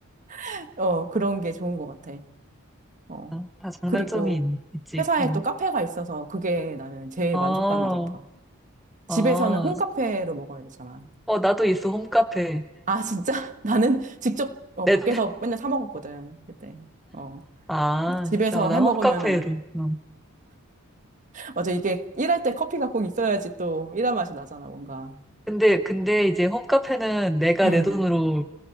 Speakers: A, on the right (about 35°); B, in the centre.
A: <laughs> 어, 그런 게 좋은 것 같아. 어.
B: <laughs> 다 장단점이
A: 그리고
B: 있, 있지.
A: 회사에
B: 응.
A: 또 카페가 있어서 그게 나는 제일
B: 어,
A: 만족감이 높아. 집에서는
B: 아,
A: 홈카페로 먹어야 되잖아.
B: 어, 나도 있어, 홈카페.
A: 아, 진짜? <laughs> 나는 직접 어,
B: 내,
A: 밖에서 맨날 사 먹었거든, 그때. 어.
B: 아,
A: 근데 집에서
B: 진짜, 어, 나
A: 해 먹으면은,
B: 홈카페로. 응.
A: 맞아, 이게 일할 때 커피가 꼭 있어야지 또 일할 맛이 나잖아, 뭔가.
B: 근데, 근데 이제 홈카페는 내가
A: 음,
B: 내 돈으로